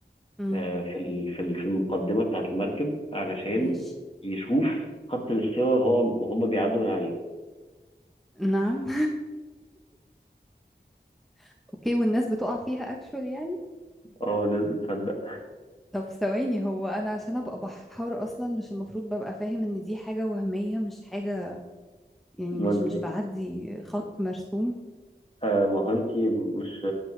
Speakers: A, in the centre; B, on the left (about 30°).
A: امم
B: آه، في ال... في ال- في المقدمة بتاعة المركب علشان
A: ماشي
B: يشوف خط الاستواء وهو وهم بيعدوا من عليه
A: نعم <laughs> اوكي والناس بتقع فيها اكشول يعني
B: اه الناس بتصدق
A: طب ثواني هو انا عشان ابقى بحار اصلا مش المفروض ببقى فاهم ان دي حاجة وهمية مش حاجة يعني
B: ما
A: مش
B: انت
A: مش بعدي خط مرسوم
B: آه، ما هو انت مش